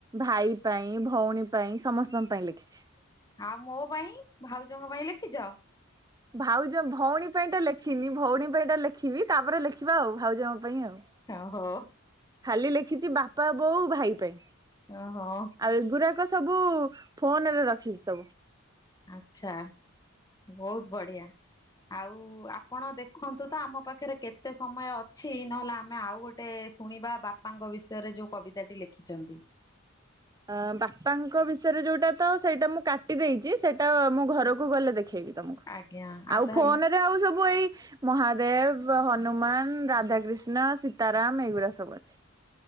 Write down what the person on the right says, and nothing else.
ଭାଇ ପାଇଁ, ଭଉଣୀ ପାଇଁ, ସମସ୍ତଙ୍କ ପାଇଁ ଲେଖିଚି।
ଭାଉଜ, ଭଉଣୀ ପାଇଁଟା ଲେଖିନି, ଭଉଣୀ ପାଇଁଟା ଲେଖିବି, ତାପରେ ଲେଖିବା ଆଉ, ଭାଉଜଙ୍କ ପାଇଁ ଆଉ
ଖାଲି ଲେଖିଚି ବାପା, ବୋଉ, ଭାଇ ପାଇଁ।
ଆଉ ଏଗୁଡ଼ାକ ସବୁ ଫୋନରେ ରଖିବି ସବୁ
ଅ ବାପାଙ୍କ ବିଷୟରେ ଯୋଉଟା ତ ସେଇଟା ମୁଁ କାଟି ଦେଇଚି, ସେଇଟା ମୁଁ ଘରକୁ ଗଲେ ଦେ ଖେଇବି ତମକୁ,
ଆଉ
ଫୋନ ରେ ଆଉ ସବୁ ଏଇ ମହାଦେବ, ହନୁମାନ, ରାଧା କୃିଷ୍ଣ, ସୀତାରାମ ଏଗୁଡା ସବୁ ଅଛି।